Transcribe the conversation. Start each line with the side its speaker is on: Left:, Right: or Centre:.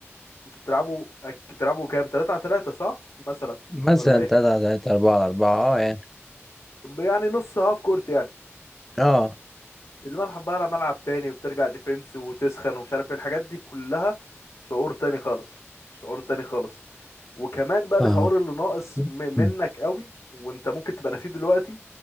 Left: انتوا بتلعبوا اك- بتلعبوا كام 3 على 3 صح مثلا
Centre: مثلا
Left: ولا ايه
Centre: تلاتة على تلاتة أربعة على أربعة اه يعني
Left: ب- يعني نص هاف كورت يعني
Centre: اه
Left: الملعب بقى على ملعب تاني وبترجع ديفنس وتسخن ومش عارف ايه الحاجات دي كلها شعور تاني خالص شعور تاني خالص وكمان بقى
Centre: فاهمك
Left: الشعور اللي ناقص م- منك
Centre: مم.
Left: قوي وانت ممكن تبقى نسيت دلوقتي